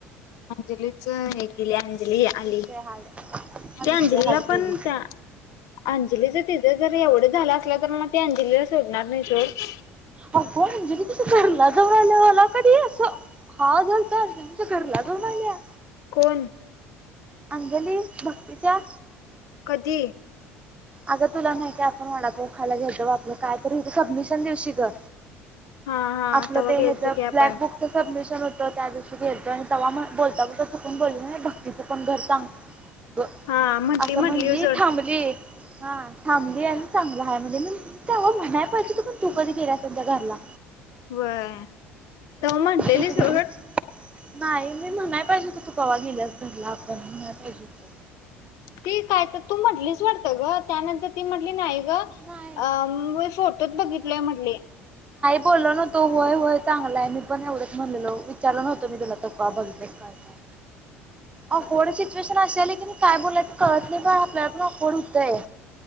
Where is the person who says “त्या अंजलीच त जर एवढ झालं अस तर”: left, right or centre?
Left